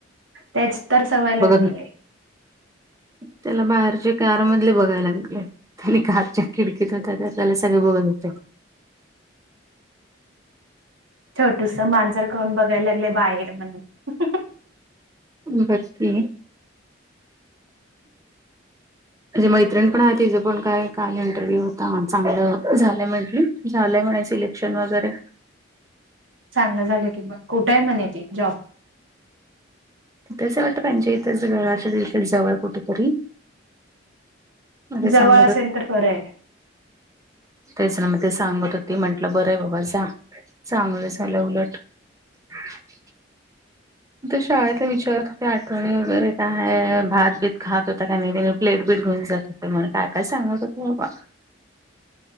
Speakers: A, on the right (about 85°); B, on the right (about 15°).
A: तेच तर सवय लागली.
B: होते त्याला बाहेरची कार मधले बघायला लागले आणि कारच्या खिडकीत होत्या ते त्याला सगळे बघत होते.
A: छोटूस मांजर कोण बघायला लागले बाहेर म्हणून
B: बघ की. तुझी मैत्रिण पण हाय तिचं पण काय काल इंटरव्ह्यू होता चांगलं झालंय म्हंटली. झालंय म्हणे सिलेक्शन वगैरे.
A: चांगलं झालं की मग कुठेय म्हणे ती जॉब?
B: तिथंच हाय वाटतं त्यांच्या इथच घराच्या तिथं जवळ कुठं तरी.
A: <unintelligible>
B: म ते सांगत
A: असेल
B: होती.
A: तर <unintelligible>
B: तेच ना म ते सांगत होती म्हंटलं बरंय बाबा जा चांगलं झालं उलट. <inaudible> तर शाळेतला विचारत होते आठवणी वगैरे काय भात बीत खात होता का नाही तेनी प्लेटबीट घेऊन जात होते म्हणे काय, काय सांगत होते बाबा.